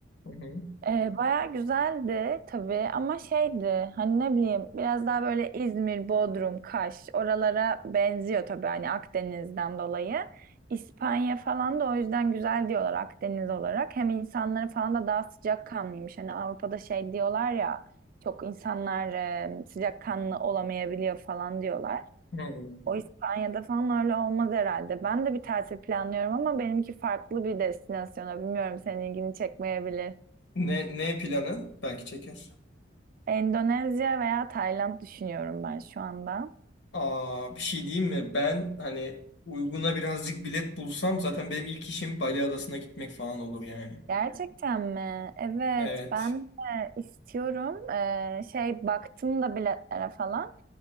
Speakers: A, on the left; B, on the right.
A: Hı hı.
B: Ee, baya güzeldi tabii ama şeydi hani ne bileyim biraz daha böyle İzmir, Bodrum, Kaş oralara benziyor tabii hani Akdeniz'den dolayı. İspanya falan da o yüzden güzel diyorlar Akdeniz olarak. Hem insanları falan da daha sıcakkanlıymış. Hani Avrupa'da şey diyorlar ya çok insanlar e, sıcakkanlı olamayabiliyor falan diyorlar.
A: Hı.
B: O İspanya'da falan öyle olmaz herhalde. Ben de bir tatil planlıyorum ama benimki farklı bir destinasyona. Bilmiyorum senin ilgini çekmeyebilir.
A: Ne, ne planın? Belki çeker.
B: Endonezya veya Tayland düşünüyorum ben şu anda. Evet.
A: Aa, bir şey diyeyim mi? Ben hani uyguna birazcık bilet bulsam zaten benim ilk işim Bali Adası'na gitmek falan olur yani.
B: Gerçekten mi? Evet,
A: Evet.
B: ben de istiyorum. Ee, şey baktım da biletlere falan.